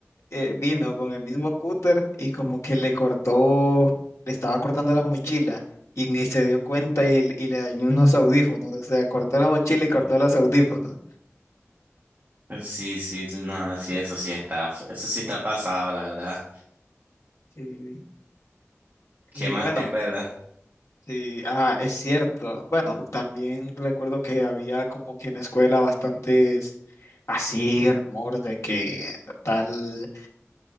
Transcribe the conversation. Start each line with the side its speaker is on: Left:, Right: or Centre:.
Left: Eh, vino con el mismo cúter y como que le cortó, le estaba cortando la mochila y ni se dio cuenta y, y le dañó
Right: Mm.
Left: unos audífonos. O sea, cortó la mochila y cortó los audífonos.
Right: Sí, sí, no, sí, eso sí está, eso sí está pasado, la verdad.
Left: sí
Right: ¿Qué
Left: y
Right: más
Left: bueno,
Right: te acuerdas?
Left: sí, ajá, es cierto. Bueno, también recuerdo que había como que en la escuela bastantes así rumor de que tal.